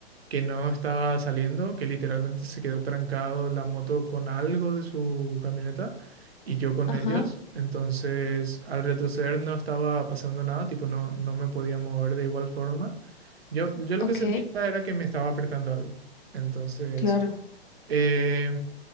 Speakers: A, on the right; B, on the left.
A: que no estaba saliendo, que literalmente se quedó trancado la moto con algo de su camioneta y yo con
B: Ajá.
A: ellos. Entonces al retroceder no estaba pasando nada, tipo no, no me podía mover de igual forma. Yo, yo lo
B: Ok,
A: que sentía era que me estaba apretando algo. Entonces...
B: claro.
A: Eh,